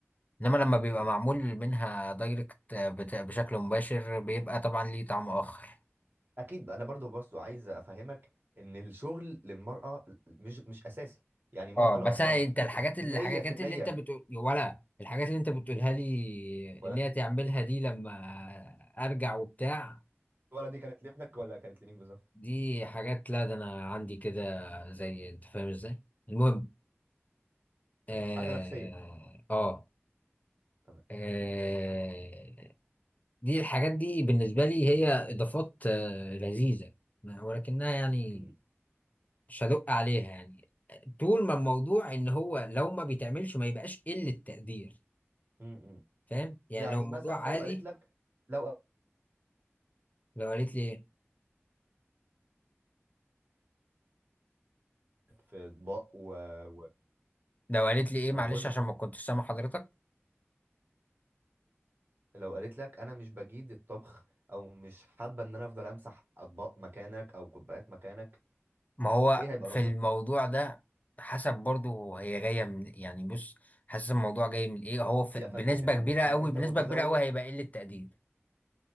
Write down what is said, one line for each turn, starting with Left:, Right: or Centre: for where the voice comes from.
Left: انما لما بيبقى
Right: اكيد
Left: معمول
Right: اكيد
Left: منها دايركت آه، بت- بشكل مباشر بيبقى طبعا ليه طعم اخر
Right: اكيد انا برضو برضو عايز افهمك ان الشغل للمرأة مش مش اساسي يعني المرأة
Left: اه
Right: لو
Left: بس
Right: هتعرف
Left: أنا انت
Right: تحافظ
Left: الحاجات
Right: 100%
Left: الحاجات اللي انت بتقول ولا الحاجات اللي انت بتقولها لي
Right: ولا
Left: ان هي تعملها دي لما ارجع وبتاع
Right: ولا دي كانت لابنك ولا كانت لمين بالظبط
Left: دي حاجات لا ده انا عندي كده زي انت فاهم ازاي المهم
Right: تمام
Left: اه
Right: حالة نفسية
Left: اه
Right: تمام
Left: آه، دي الحاجات دي بالنسبة لي هي اضافات آه، لذيذة ولكنها يعني
Right: اكيد
Left: مش هدق عليها يعني طول ما الموضوع ان هو لو ما بيتعملش ما يبقاش قلة تقدير
Right: مم. مم.
Left: فاهم يعني
Right: يعني
Left: لو الموضوع
Right: مثلا
Left: عادي
Right: لو قالت لك لو
Left: لو قالت لي ايه
Right: في اطباق و... و...
Left: لو قالت لي ايه
Right: ما
Left: معلش
Right: انا بقول لك
Left: عشان
Right: اهو
Left: ما كنتش سامع حضرتك
Right: لو قالت لك انا مش بجيد الطبخ او مش حابه ان انا افضل امسح اطباق مكانك او كوبايات مكانك
Left: ما هو
Right: ايه هيبقى
Left: في
Right: ردك
Left: الموضوع ده حسب برضه هي جايه من إيه. يعني بص حسب الموضوع جاي من ايه هو في
Right: يا فندم
Left: بنسبه
Right: يا فندم
Left: كبيره قوي
Right: انت انت
Left: بنسبه
Right: متزوج
Left: كبيره قوي هيبقى قله تقدير